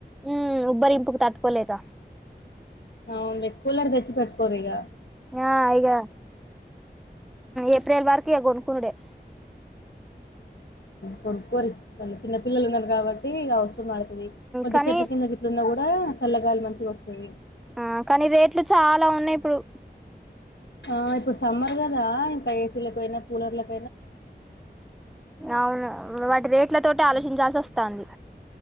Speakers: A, in the centre; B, on the left (about 85°).
A: ఉమ్ ఉబ్బరింపుకు తట్టుకోలేక
B: అవునులే కూలర్ తెచ్చి పెడతా కొరిగా
A: ఆ ఇగ ఏప్రిల్ వరకు కొనుక్కొని డే
B: కొనుక్కోరి మళ్ళ చిన్న పిల్లలు ఉన్నారు కాబట్టి అవసరం ట్తుది కొద్ది
A: కానీ
B: చెట్ల కింద కూసున్నగూడ కూడా చల్లగాలి మంచిగా వస్తది
A: ఆ కానీ రేట్లు చాలా ఉన్నాయి ఇప్పుడు
B: ఆ ఇప్పుడు సమ్మర్ కదా ఇంకా ఏసీలకు పోయినా కూలర్ల క్
A: అవును వాటి రేట్ల తోటి ఆలోచించాలీ వస్తంది